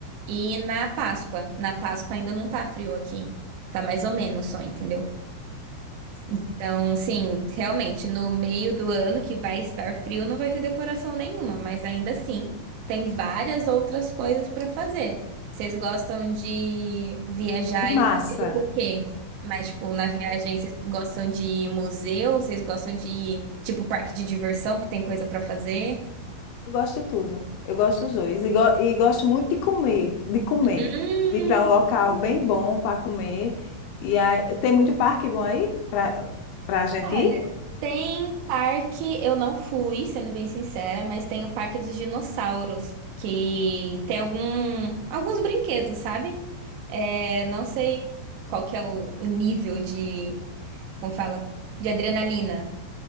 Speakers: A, on the right; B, on the left.
A: E na Páscoa. Na Páscoa ainda não tá frio aqui. Tá mais ou menos só, entendeu?
B: Sim.
A: Então, sim, realmente, no meio do ano que vai estar frio, não vai ter decoração nenhuma, mas ainda assim, tem várias outras coisas para fazer. Vocês gostam de viajar
B: E massa.
A: e fazer tipo o quê? Mas, tipo, na viagem, vocês gostam de ir em museu? Vocês gostam de ir, tipo, parque de diversão, que tem coisa para fazer?
B: Eu gosto de tudo. Eu gosto dos dois. E, go- e gosto muito de comer, de comer.
A: Hum,
B: De ir para um local bem bom para comer. E aí, tem muito parque bom aí para para a gente
A: Olha,
B: ir?
A: tem parque, eu não fui, sendo bem sincera, mas tem o Parque dos Dinossauros, que tem algum, alguns brinquedos, sabe? É, não sei qual que é o, o nível de, como fala? De adrenalina.